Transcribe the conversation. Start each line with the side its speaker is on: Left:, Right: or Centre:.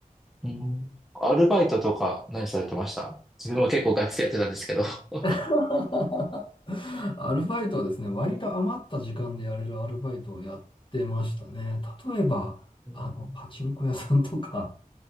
Centre: ー、うん。アルバイトとか何されてました自分は結構ガチでやってたんですけど。<laughs>
Left: <laughs> アルバイトはですね、割と余った時間でやれるアルバイトをやってましたね。例えば、
Centre: うん
Left: あの、パチンコ屋さんとか、